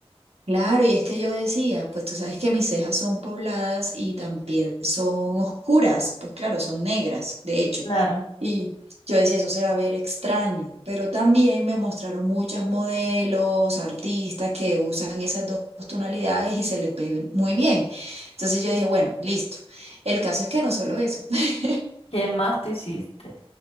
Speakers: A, on the right; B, on the left.
A: Claro, y es que yo decía, pues tú sabes que mis cejas son pobladas y también son oscuras, pues claro, son negras, de hecho.
B: Claro.
A: Y yo decía, eso se va a ver extraño, pero también me mostraron muchas modelos, artistas que usan esas dos tonalidades y se les ve muy bien. Entonces yo dije, bueno, listo. El caso es que no solo eso. <laughs>
B: ¿Qué más te hiciste?